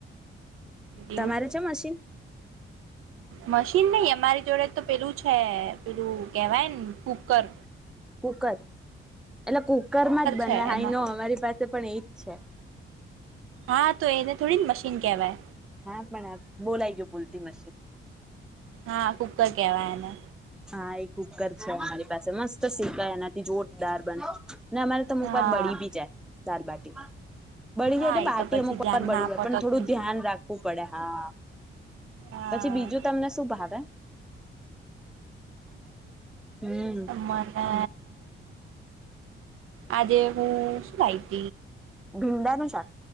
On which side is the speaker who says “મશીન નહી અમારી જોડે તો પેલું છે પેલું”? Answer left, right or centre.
Right